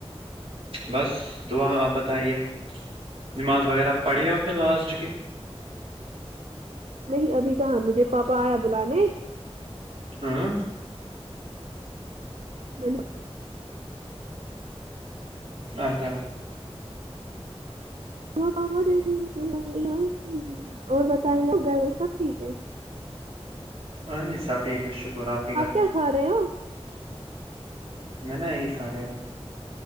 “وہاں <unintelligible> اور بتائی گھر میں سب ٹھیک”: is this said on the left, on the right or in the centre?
Right